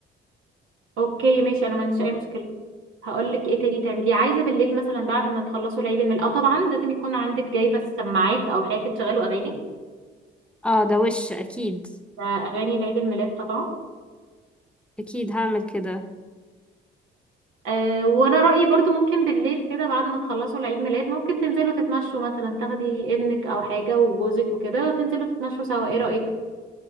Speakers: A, on the right (about 80°); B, in the centre.
A: اوكي ماشي انا ما عنديش اي مشكله هقول لك ايه تاني تعمليه عايزه بالليل مثلا بعد ما تخلصوا العيد الميلاد اه طبعا لازم يكون عندك جايبه السماعات او حاجه تشغلوا اغاني
B: اه ده وش اكيد
A: ده اغاني العيد الميلاد طبعا
B: اكيد هعمل كده
A: أه وانا رأيي برضو ممكن بالليل كده بعد ما تخلصوا العيد ميلاد ممكن تنزلوا تتمشوا مثلا تاخدي ابنك او حاجة وجوزك وكده وتنزلوا تتمشوا سوا ايه رأيك